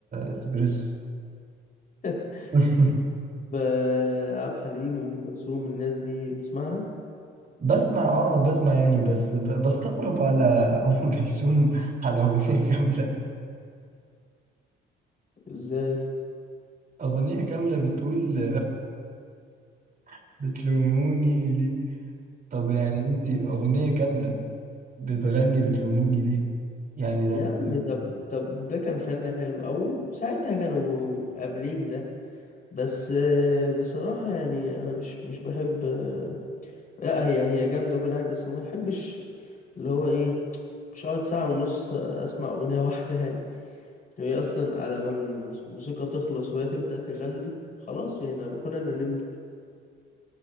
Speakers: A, on the right; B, on the left.
A: اسبريسو
B: <laughs>
A: <laughs>
B: ب- عبد الحليم أم كلثوم الناس دي بتسمعها
A: بسمع اه بسمع يعني بس ب- بستغرب على <laughs> ام كلثوم على اغنية كاملة
B: ازاي
A: اغنية كاملة بتقول <laughs> بتلوموني ليه طب يعني انت اغنية كاملة بتغني بتلوموني ليه يعني
B: يا
A: ده انت
B: عم طب طب ده كان فن حلو او ساعتها كانوا قابلين ده بس آه، بصراحة يعني انا مش مش بحب آه، لا هي هي جامدة كل حاجة بس ما بحبش اللي هو ايه مش هقعد ساعة ونص أسمع أغنية واحدة يعني هي أصلا على ما الموس- الموسيقى تخلص وهي تبدأ تغني خلاص يعني أنا بكون أنا نمت